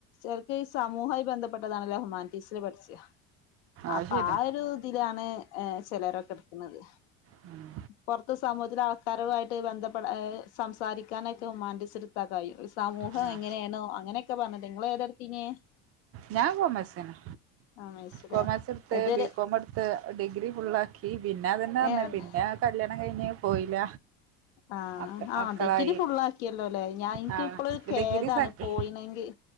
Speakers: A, on the left; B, on the right.
A: അത സമൂഹമായി ബന്ധപ്പെട്ടതാണ്ണല്ല ഹുമാനിറ്റീസ് പഠിച്ച അപ്പൊ
B: അത് ശരിയാ
A: ആ ഒരു ഇതിലാണ് ഏ ചിലരൊക്കെ എടുക്കുന്നത്
B: ഉം
A: പുറത്ത് സമൂഹത്തിൽ ആൾക്കാരുവമായിട്ട് ബന്ധപ്പെട്ട സംസാരിക്കാനൊക്കെമാൻറ്റസെടുത്താ കാര് സമൂഹം
B: ആ
A: എങ്ങനെയാണോ അങ്ങനെയൊക്കെ പറഞ്ഞത് നിങ്ങള ത ത്തിനെ
B: ഞാ കൊ മസിന്
A: ആഹ് മനസ്സിലായി
B: കോമേഴ്സൊടുത്ത്
A: ഏതൊരു
B: ബി കോമെടുത്ത് ഡിഗ്രി ഫുള്ളാക്കി. പിന്നെ അതന്നെ
A: ഏഹ്
B: ന്നെ പിന്നെ കല്യാ കഴിഞ്ഞ് പോയില്ല.
A: അ
B: മക്ക
A: അ
B: മക്കളായി
A: ഡിഗ്രി ഫുള്ളാക്കിയല്ലല്ലേ. ഞാൻ എനിക്ക്
B: ആ
A: ഇപ്പോളയൊരു കേദാണ്
B: ഡിഗ്രി സെക്ക
A: പോയിന്നെങ്കിൽ.